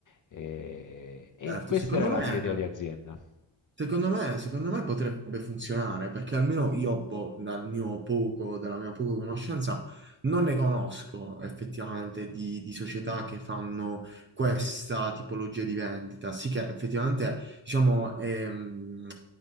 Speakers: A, on the left; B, on the right.
A: eh, E,
B: Certo,
A: questa
B: secondo
A: era la
B: me...
A: mia idea di azienda.
B: Secondo me, secondo me potrebbe funzionare perché almeno io, boh, dal mio poco, dalla mia poca conoscenza, non ne conosco effettivamente di, di società che fanno questa tipologia di vendita. Sì che effettivamente, diciamo, è, mm,